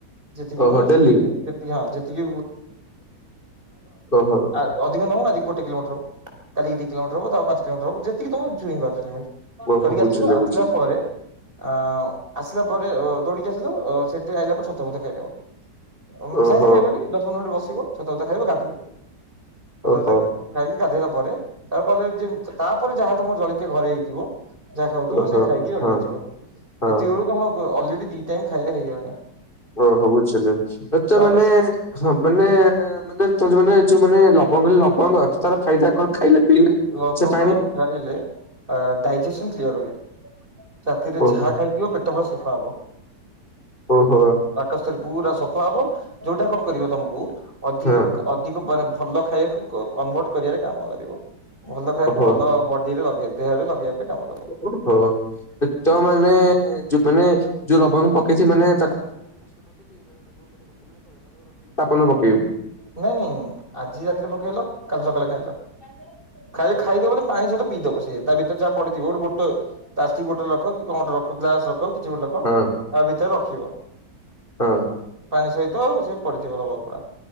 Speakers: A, on the right (about 30°); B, on the left (about 30°).
A: ଯେତିକି
B: ଓହୋ
A: ମୁଁ <unintelligible>
B: ଡେଲି
A: ହଁ ଯେତିକି
B: ଓହୋ
A: <unintelligible> ଅଧିକ ନୁହେଁ, ଆଜି ଗୋଟ କିଲୋମଟର ହଉ, କାଲି ଦି କିଲୋମିଟର ହବ ତାପରେ ପାଞ୍ଚ କିଲୋମିଟର ହବ, ଯେତିକି ତମେ <unintelligible>
B: ଓହୋ
A: <inaudible> କରିକି
B: ବୁଝିଲି
A: ଆସିବେ, ଆସିଲା
B: ବୁଝିଲି
A: ପରେ ଆଁ ଆସିଲା ପରେ ଅ ଦୌଡିକି, <unintelligible> ସେଠି ଆଇଲା ପରେ ଛତୁଆ ଫତୁଆ ଖାଇଦବ। ସାଙ୍ଗେ
B: ଓହୋ।
A: ସାଙ୍ଗେ ଖାଇବନି, ଦଶ ପନ୍ଦର ମିନିଟ ବସିବ ଛତୁଆ ଫତୁଆ ଖାଇବ ଗାଧେଇବ, <unintelligible>
B: ଓହୋ
A: ଖାଇକି ଗାଧେଇଲା ପରେ, ତା କଲେ ଯେ ତାପରେ ଯାହା ତମର ଜଳଖିଆ ଘରେ ହେଇଥିବ ଯାହା ଖାଉଥିବ
B: ଓହୋ
A: ସେଇଆ ଖାଇକି ରେଡି
B: ହଁ
A: କରିଯିବ,
B: ହଁ
A: ଏତିକି ବଳକୁ ତମର ଅ ଅଲରେଡି ଦି ଟାଇମ ଖାଇବା ହେଇଗଲାଣି।
B: ଓ ହୋ ବୁଝିଲି ଏତ
A: ତାପରେ
B: ମାନେ ହଁ ମାନେ ମାନେ ତ ମାନେ ଯୋଉ ମାନେ ଲବଙ୍ଗ ଲବଙ୍ଗ ତାର ଫାଇଦା କଣ ଖାଇଲେ ପିଇଲେ?
A: ଲବଙ୍ଗ
B: ସେ ପାଣି
A: ଖାଇଲେ ଡାଇଜେସନ କ୍ଳିଅର ହୁଏ। ରାତିରେ
B: ଓହୋ
A: ଯାହା ଖାଇଥିବ ପେଟ ପୁରା ସଫା ହବ।
B: ଓହୋ।
A: ପାକସ୍ଥଳୀ ପୁରା ସଫା ହବ, ଯଉଟା କଣ କରିବ ତମକୁ ଅଧିକ
B: ହଁ
A: କା ଅଧିକ ମାନେ ଭଲ ଖାଇବାକୁ କ କନଭର୍ଟ କରିବାରେ କାମ କରିବ। ଭଲ ଖାଇବାକୁ
B: ଓହୋ
A: ଭଲ ବଡିରେ ଲଗେଇ, ଦେହରେ ଲେଇବା ପାଇଁ କାମ ଦବ।
B: ଓହୋ <unintelligible> ମାନେ ଯଉ ମାନେ ଯଉ ଲବଙ୍ଗ ପକେଇଚି ମନେ <unintelligible>
A: <unintelligible> ଆଜି ରାତିରେ ପକେଇଲ କାଲି ସକାଳେ ଖାଇଲ। ଖାଲି ଖାଇଦବ ତ ପାଣି ସହିତ ପିଇ ଦବ, ସେ ତା ଭିତରେ ଯାହା ପଡିଥିବ ଗୋଟ ବୋଟ ପ୍ଲାଷ୍ଟିକ ବଟଲ ରଖ କି କଣ ଗୋଟେ ରଖ ଗ୍ଲାସ ରଖ କିଛି ଗୋଟେ ରଖ
B: ହଁ
A: ତା ଭିତରେ ରଖିବ।
B: ହଁ।
A: ପାଣି ସହିତ ସେ ପଡିଥିବ ଲବଙ୍ଗ ଗୁଡା,